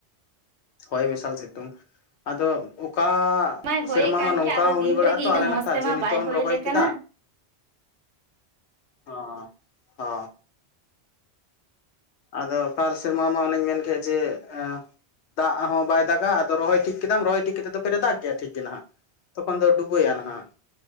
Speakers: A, on the left; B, on the right.
A: ᱦᱚᱭ ᱢᱮᱥᱟᱞ ᱥᱤᱛᱩᱝ ᱟᱫᱚ ᱚᱠᱟ
B: ᱢᱟᱭ ᱦᱚᱭᱮᱫ
A: ᱥᱮᱨᱢᱟ
B: ᱠᱟᱱ
A: ᱢᱟ ᱱᱚᱝᱠᱟ
B: ᱜᱮᱭᱟ ᱟᱫᱚ
A: ᱦᱚᱸ
B: ᱫᱤᱱ
A: ᱦᱩᱭ ᱵᱟᱲᱟᱜ
B: ᱨᱮᱜᱮ
A: ᱟ ᱛᱚ
B: ᱤᱱᱟᱹᱜ
A: ᱟᱞᱮ ᱱᱟᱠᱷᱟ
B: ᱢᱚᱸᱡᱽ ᱛᱮᱢᱟ
A: ᱡᱮ ᱱᱤᱛᱚᱜ
B: ᱵᱟᱭ
A: ᱮᱢ
B: ᱦᱚᱭ
A: ᱨᱚᱦᱚᱭ
B: ᱞᱮ
A: ᱠᱮᱫᱟ
B: ᱠᱟᱱᱟ
A: ᱚ ᱦᱚ ᱟᱫᱚ ᱟᱠᱟᱞ ᱥᱮᱨᱢᱟ ᱢᱟ ᱚᱱᱮᱧ ᱢᱮᱱ ᱠᱮ ᱡᱮ ᱮ ᱫᱟᱜ ᱦᱚᱸ ᱵᱟᱭ ᱫᱟᱜᱟ ᱟᱫᱚ ᱨᱚᱦᱚᱭ ᱴᱷᱤᱠ ᱠᱮᱫᱟᱢ ᱨᱚᱦᱚᱭ ᱴᱷᱤᱠ ᱠᱟᱛᱮ ᱯᱷᱮᱨᱮ ᱫᱟᱜ ᱜᱮᱭᱟ ᱴᱷᱤᱠ ᱜᱮ ᱱᱟᱦᱟᱜ ᱛᱚᱠᱷᱚᱱ ᱫᱚ ᱰᱩᱵᱟᱹᱣ ᱟ ᱱᱟᱦᱟᱜ